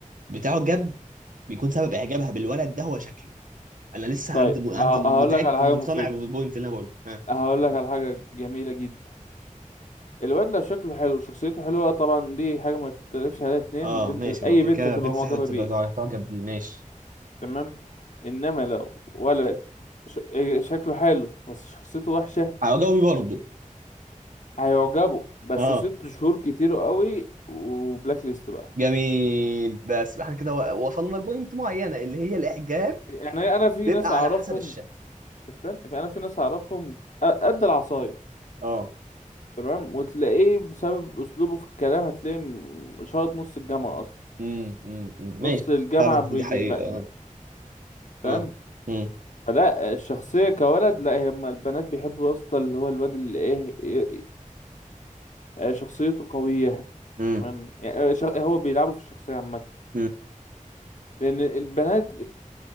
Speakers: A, on the right; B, on the left.
A: بتعجب بيكون سبب اعجابها بالولد ده هو شكله انا لسه
B: طيب
A: عند ب... عند
B: آه،
A: متاكد
B: هقول لك على حاجه
A: ومقتنع
B: مفيده
A: بالبوينت اللي انا بقوله ها
B: هقول لك على حاجه جميله جدا الواد لو شكله حلو وشخصيته حلوة طبعا دي حاجة ما يختلفش عليها اتنين
A: اه
B: البنت
A: ماشي
B: أي
A: هو كده
B: بنت
A: كده
B: هتبقى
A: بنت
B: معجبة
A: هتبقى
B: بيه
A: تعجب بيه ماشي
B: تمام إنما لو ولد ش... إيه شكله حلو بس شخصيته وحشة
A: هجاوبي برضه
B: هيعجبه بس
A: اه
B: ست شهور كتير قوي وبلاك ليست بقى
A: جميل بس يبقى احنا كده و- وصلنا لبوينت معينه اللي هي الاعجاب
B: يعني أنا في
A: بيبقى
B: ناس أعرفهم
A: على حسب الشكل
B: استنى في أنا في ناس أعرفهم أ- قد العصاية
A: اه
B: تمام وتلاقيه بسبب أسلوبه في الكلام هتلاقيه م- شاط نص الجامعة أصلا
A: امم امم أمم. ماشي
B: نص الجامعة
A: فعلا
B: بي...
A: دي حقيقه
B: بي... ب- ب-
A: اه
B: فاهم
A: اه امم
B: لا الشخصية كولد لا هما البنات بيحبوا يا اسطى اللي هو الواد اللي ايه إيه- إيه، شخصيته قوية
A: امم
B: تمام يعني ش- هو بيلعبوا في الشخصية عامة
A: أمم.
B: لأن البنات